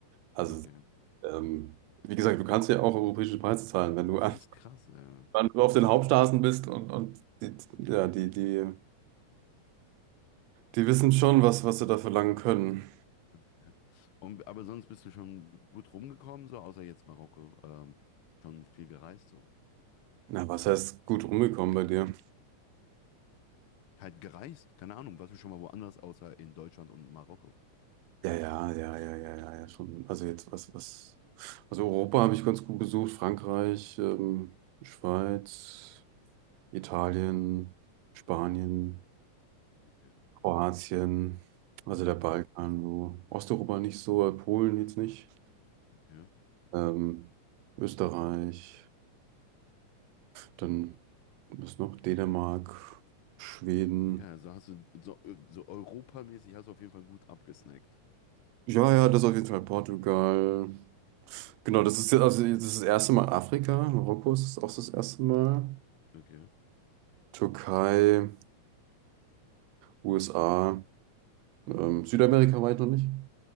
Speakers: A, on the right; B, on the left.
A: Also,
B: okay.
A: ähm, wie gesagt, du kannst ja auch europäische Preise zahlen, wenn du <laughs>
B: Das ist krass, ja.
A: Wenn du auf den Hauptstraßen bist und, und die, ja, die, die, die wissen schon, was, was sie da verlangen können.
B: Okay. Und, aber sonst bist du schon gut rumgekommen, so außer jetzt Marokko. Ähm, schon viel gereist, so.
A: Na, was heißt gut rumgekommen bei dir?
B: Halt gereist, keine Ahnung, warst du schon mal woanders außer in Deutschland und Marokko?
A: Ja, ja, ja, ja, ja, ja, ja, schon. Also jetzt, was, was. Also Europa habe ich ganz gut besucht, Frankreich, ähm, Schweiz, Italien, Spanien,
B: Okay.
A: Kroatien, also der Balkan, so. Osteuropa nicht so, äh, Polen jetzt nicht.
B: Okay.
A: Ähm, Österreich. Dann was noch? Dänemark, Schweden.
B: Na geil, also hast du so, so europamäßig hast du auf jeden Fall gut abgesnackt.
A: Ja, ja, das auf jeden Fall. Portugal. Genau, das ist jetzt also jetzt ist das erste Mal Afrika. Marokko ist auch das erste Mal.
B: Okay.
A: Türkei, USA, ähm, Südamerika weit noch nicht.